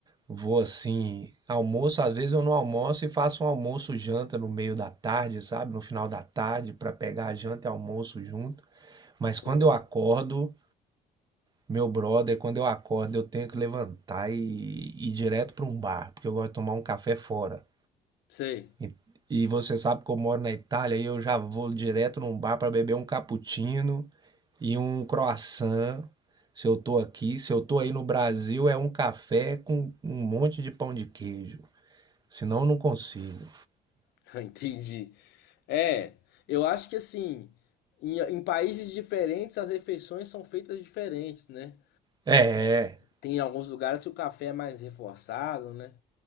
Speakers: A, on the right; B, on the left.
A: vou assim. Almoço, às vezes eu não almoço e faço um almoço janta no meio da tarde, sabe? No final da tarde, para pegar a janta e almoço junto. Mas quando
B: Hum,
A: eu acordo, Meu brother, quando eu acordo, eu tenho que levantar e e ir direto para um bar, porque eu gosto de tomar um café fora.
B: sei.
A: E, e você sabe que eu moro na Itália e eu já vou direto num bar para beber um cappuccino e um croissant. Se eu tô aqui, se eu tô aí no Brasil, é um café com um monte de pão de queijo. Senão eu não consigo.
B: <laughs> Entendi. É, eu acho que assim, em, em países diferentes as refeições são feitas diferentes, né?
A: É. é.
B: Tem alguns lugares que o café é mais reforçado, né?